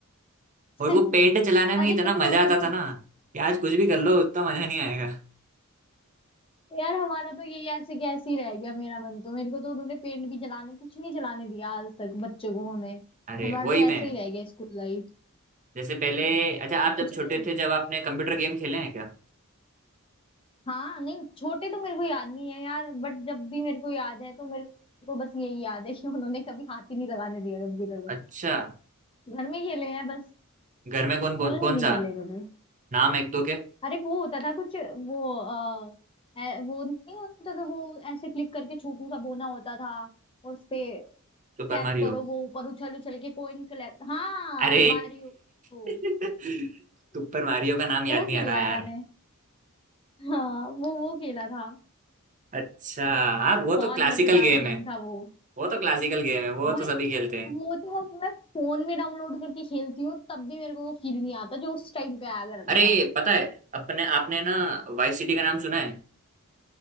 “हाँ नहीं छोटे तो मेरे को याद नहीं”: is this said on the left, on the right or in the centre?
Left